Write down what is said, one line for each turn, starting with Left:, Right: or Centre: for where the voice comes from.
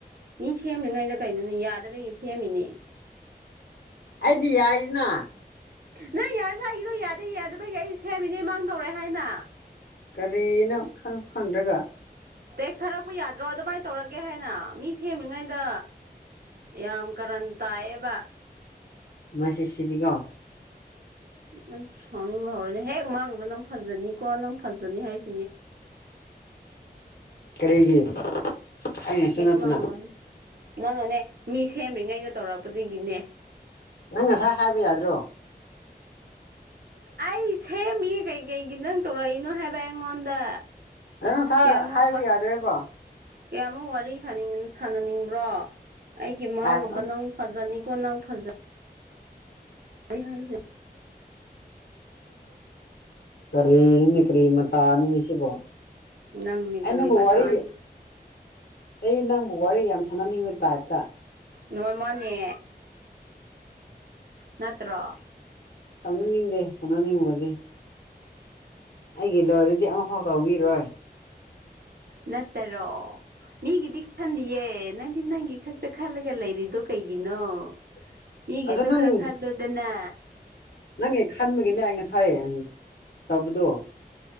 Right: ꯃꯤ ꯁꯦꯝꯔꯤꯉꯩꯩꯗ ꯀꯩꯅꯣꯅꯦ ꯌꯥꯗꯕꯒꯤ ꯁꯦꯝꯃꯤꯅꯦ
Left: ꯑꯩꯗꯤ ꯌꯥꯏꯅ
Right: ꯅꯪ ꯌꯥꯔꯁꯨ ꯑꯩꯒꯤꯗꯣ ꯌꯥꯗꯦ ꯌꯥꯗꯕꯒꯤ ꯑꯩ ꯁꯦꯝꯃꯤꯅꯦ ꯃꯥꯡꯗꯧꯔꯦ ꯍꯥꯏꯅ
Left: ꯀꯔꯤꯅ‌ꯣ ꯈꯪꯁꯨ ꯈꯪꯗ꯭ꯔꯒ
Right: ꯇꯦꯛꯁ ꯊꯥꯔꯛꯄ ꯌꯥꯗ꯭ꯔꯣ ꯑꯗꯨꯃꯥꯏꯅ ꯇꯧꯔꯒꯦ ꯍꯥꯏꯅ ꯃꯤ ꯁꯦꯝꯔꯤꯉꯩꯗ ꯌꯥꯝ ꯀꯥꯔꯟ ꯇꯥꯏꯌꯦꯕ
Left: ꯃꯁꯤ ꯁꯤꯗꯤ ꯀꯣ
Right: ꯑꯩ ꯁꯥꯎꯅꯤꯡꯕ ꯍꯧꯔꯦꯅꯦ ꯍꯦꯛ ꯃꯥꯡꯕ ꯅꯪ ꯐꯖꯅꯤꯀꯣ ꯅꯪ ꯐꯖꯅꯤ ꯍꯥꯏꯁ
Left: ꯀꯔꯤꯒꯤ ꯑꯩꯅꯁꯨ
Right: ꯍꯦꯛ
Left: ꯅꯠꯇꯅ
Right: ꯃꯥꯡꯉ <unintelligible> ꯅꯪꯅꯅꯦ ꯃꯤ ꯁꯦꯝꯔꯤꯉꯩꯗ ꯇꯧꯔꯛꯄꯗꯒꯤꯅꯦ
Left: ꯅꯪ ꯉꯁꯥꯏ ꯍꯥꯏꯕ ꯌꯥꯗ꯭ꯔꯣ
Right: ꯑꯩ ꯁꯦꯝꯃꯤꯌ‌ꯦ ꯀꯩꯀꯩꯒꯤ ꯅꯪ ꯇꯧꯔꯛꯏꯅꯣ ꯍꯥꯏꯕ ꯑꯩꯉꯣꯟꯗ
Left: ꯑꯗꯨ ꯉꯁꯥꯏ
Right: ꯀꯌꯥꯃꯨꯛ
Left: ꯍꯥꯏꯕ
Right: ꯋꯥ
Left: ꯌꯥꯗ꯭ꯔꯦꯕꯣ
Right: ꯀꯌꯥꯃꯨꯛ ꯋꯥꯔꯤ ꯁꯥꯅꯤꯡ ꯁꯥꯟꯅꯅꯤꯡꯕ꯭ꯔꯣ ꯑꯩꯒꯤ ꯃꯥꯡꯉꯕ
Left: ꯑꯁ
Right: ꯅꯪ ꯐꯖꯅꯤꯀꯣ ꯅꯪ ꯐꯖ ꯅꯤ ꯍꯥꯏꯁꯤ <unintelligible>
Left: ꯀꯔꯤꯅꯤ ꯀꯔꯤ ꯃꯇꯥꯅꯤ ꯁꯤꯕꯣ
Right: ꯅꯪ ꯅꯤ
Left: ꯑꯩ
Right: ꯀꯔꯤ
Left: ꯅꯪꯕꯨ
Right: ꯃ
Left: ꯋꯥꯔꯤ
Right: ꯇꯥꯅ
Left: ꯑꯩ ꯅꯪꯕꯨ ꯋꯥꯔꯤ ꯌꯥꯝ ꯁꯥꯟꯅꯅꯤꯡꯕ ꯇꯥꯏꯞꯇ
Right: ꯂ‌ꯣꯏ ꯃꯥꯅꯦ ꯅꯠꯇ꯭ꯔꯣ
Left: ꯇꯧꯅꯅꯤꯡꯗꯦ ꯇꯧꯅꯅꯤꯡꯕꯗꯤ ꯑꯩꯒꯤ ꯂꯣꯏꯔꯗꯤ ꯑꯃꯐꯥꯎ ꯇꯧꯕꯤꯔꯣꯏ
Right: ꯅꯠꯇꯔꯣ ꯃꯤꯒꯤꯗꯤ ꯈꯟꯗꯤꯌꯦ ꯅꯪꯗꯤ ꯅꯪꯒꯤ ꯈꯛꯇ ꯈꯜꯂꯒ ꯂꯩꯔꯤꯗꯣ ꯀꯩꯒꯤꯅꯣ
Left: <inaudible>
Right: ꯃꯤꯒꯤꯁꯨ
Left: ꯅꯪ
Right: ꯈꯔ ꯈꯜꯂꯨꯗꯅ
Left: ꯅꯪꯒꯤ ꯈꯟꯕꯒꯤꯅꯦ ꯑꯩ ꯉꯁꯥꯏ ꯇꯧꯕꯗꯣ